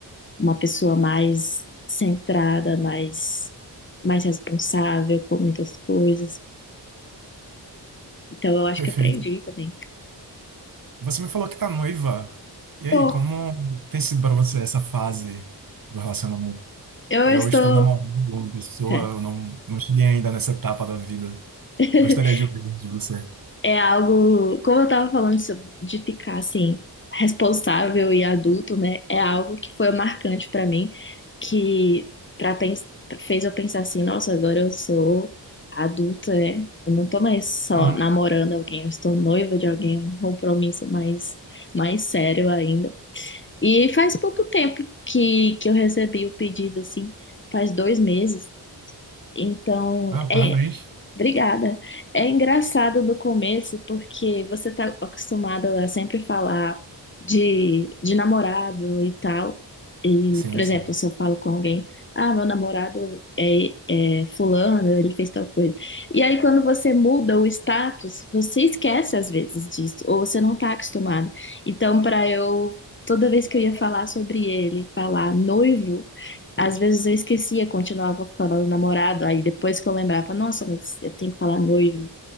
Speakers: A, on the left (about 30°); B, on the right (about 55°).
A: uma pessoa mais centrada, mais, mais responsável por muitas coisas. Então, eu acho
B: perfeito.
A: que aprendi também.
B: Você me falou que tá noiva. E aí,
A: Bom,
B: como tem sido para você essa fase do relacionamento?
A: eu
B: Eu
A: estou.
B: estou namorando uma pessoa,
A: É.
B: eu não, não cheguei ainda nessa etapa da vida.
A: <laughs>
B: Gostaria de ouvir de você.
A: É algo, como eu estava falando sobre- de ficar assim, responsável e adulto, né? É algo que foi marcante para mim, que para fez eu pensar assim, nossa, agora eu sou adulta, né? Eu não tô mais só
B: Uhum.
A: namorando alguém, eu estou noiva de alguém, um compromisso mais mais sério ainda. E faz pouco tempo que que eu recebi o pedido assim, faz dois meses então,
B: Ah, parabéns.
A: é. Obrigada. É engraçado no começo, porque você está acostumado a sempre falar de, de namorado e tal. E,
B: Sim,
A: por exemplo,
B: sim.
A: se eu falo com alguém, ah, meu namorado é, é fulano, ele fez tal coisa. E aí, quando você muda o status, você esquece às vezes disso, ou você não está acostumado. Então, para eu, toda vez que eu ia falar sobre ele, falar noivo. Às vezes eu esquecia, continuava falando namorado, aí depois que eu lembrava, nossa, mas eu tenho que falar noivo,